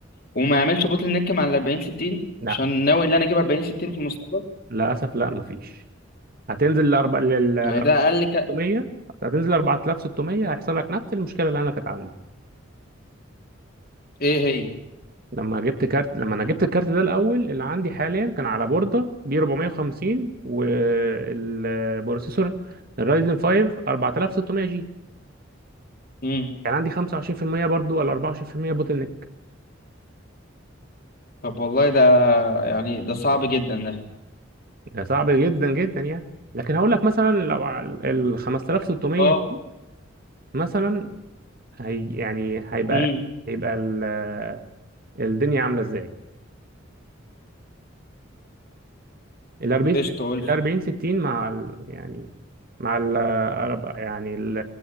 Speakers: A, on the left (about 50°); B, on the right (about 50°).
A: وما يعملش بوتل نيك مع ال 40 60
B: لا
A: عشان ناوي ان انا اجيب 40 60 في المستقبل
B: للاسف لا مفيش هتنزل ل 4600
A: يعني ده اقل ك...
B: هتنزل ل 4600 هيحصل لك نفس المشكله اللي انا كانت عندي
A: ايه هي
B: لما جبت كارت لما انا جبت الكارت ده الاول اللي عندي حاليا كان على بورده بي 450 والبروسيسور الرايزن 5 4600 جي
A: امم
B: كان عندي 25% برضو ولا 24% بوتل نيك
A: طب والله ده يعني ده صعب جدا ده
B: ده صعب جدا جدا يعني لكن هقول لك مثلا لو على ال 5600
A: اه
B: جي مثلا هي يعني هيبقى
A: امم
B: هيبقى ال- الدنيا عامله ازاي ال 40
A: ايش تقول
B: ال 40 60 مع ال... يعني مع ال أرب- يعني ال